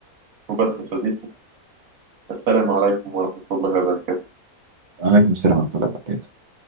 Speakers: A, on the right; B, on the right.
A: وبس يا صديقي السلام عليكم ورحمة الله وبركاته
B: عليكم السلام ورحمة الله وبركاته